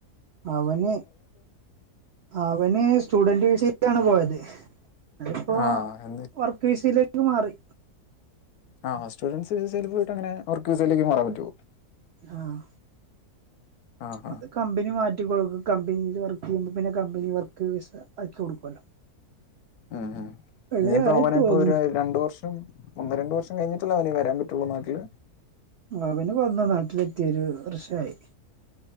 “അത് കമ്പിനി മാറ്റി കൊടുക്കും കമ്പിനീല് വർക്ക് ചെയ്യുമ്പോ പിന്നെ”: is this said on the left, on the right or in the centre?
Right